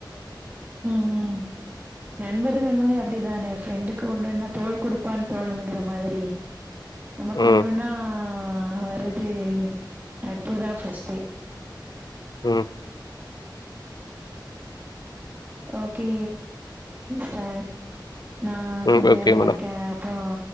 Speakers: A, on the right; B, on the left.
A: ம் ம் நண்ப பர்கள்னாலே அப்டிதானே ஃப்ரெண்டுக்கு ஒண்ணுனா தோள் குடுப்பான் தோழனுங்குற மாதிரி நமக்கொண்னுனா
B: ம்
A: ஆ வருது நட்புதா ஃபஸ்ட்டு
B: ம்
A: ஓகே ஃபேட் நா
B: ம்
A: கொஞ்ச
B: ஓகே
A: வேலையா
B: மேடம்
A: இருக்க அப் றோ